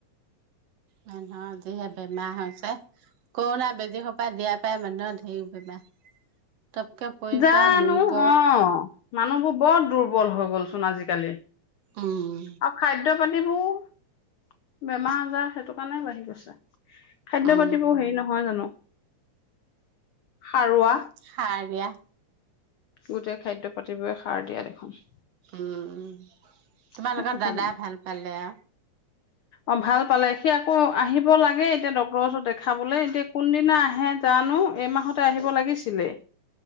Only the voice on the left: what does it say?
জানো
অ মানুহবোৰ বৰ দুৰ্বল হৈ গ'লচোন আজিকালি
আৰু খাদ্য ল'ৰা ছোৱালীবোৰ বেমাৰ আজাৰ সেইটো কাৰণে বাঢ়ি গৈছে। খাদ্য
পাতিবোৰ হেৰি নহয় জানো। সাৰুৱা
গোটেই খাদ্য পাতিবোৰে সাৰ দিয়া দেখোন।
সেইটো
কাৰণে
অ ভাল পালে সি আকৌ আহিব লাগে এতিয়া ডক্তৰৰ ওচৰত দেখাবলে এতিয়া কোনদিনা আহে জানো এইমাহতে আহিব লাগিছিলে।